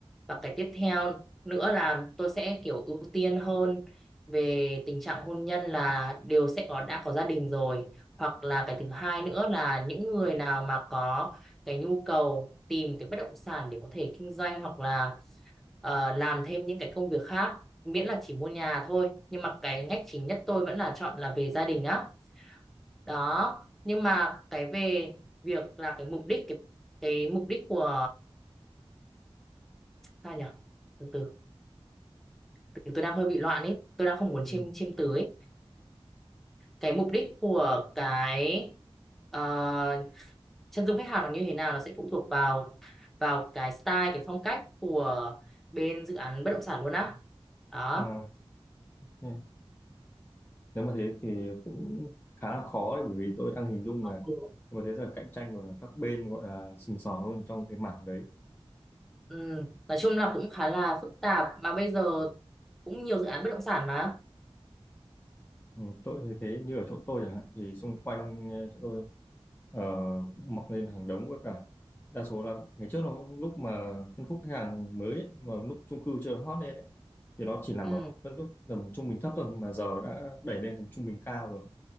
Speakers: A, in the centre; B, on the left.
A: và cái tiếp theo nữa là tôi sẽ kiểu ưu tiên hơn về tình trạng hôn nhân là đều sẽ có đã có gia đình rồi hoặc là cái thứ hai nữa là những người nào mà có cái nhu cầu tìm cái bất động sản để có thể kinh doanh hoặc là ờ, làm thêm những cái công việc khác miễn là chỉ mua nhà thôi nhưng mà cái ngách chính nhất tôi vẫn là chọn là về gia đình á đó nhưng mà cái về việc là cái mục đích cái, cái mục đích của sao nhỉ từ từ từ tôi đang hơi bị loạn ấy tôi đang không muốn
B: Ừ.
A: chiêm chiêm từ ấy cái mục đích của cái ờ, chân dung khách hàng là như thế nào nó sẽ phụ thuộc vào vào cái style cái phong cách của bên dự án bất động sản luôn á đó
B: à, ừ. nếu mà thế thì cũng khá là khó đấy bởi vì tôi đang hình dung
A: ừ.
B: mà có thế giờ cạnh tranh của các bên gọi là sừng sỏ luôn trong cái mảng đấy
A: ừ, nói chung là cũng khá là phức tạp mà bây giờ cũng nhiều dự án bất động sản mà
B: Ừ, tôi thấy thế như ở chỗ tôi chẳng hạn thì xung quanh ờ, chỗ tôi uh, cũng mọc lên hàng đống với cả đa số là ngày trước nó lúc mà phân khúc khách hàng mới ấy, mà lúc chung cư chưa hot lên ấy, thì nó chỉ nằm
A: ừ.
B: ở phân khúc tầm trung bình thấp thôi nhưng mà giờ đã đẩy lên thành trung bình cao rồi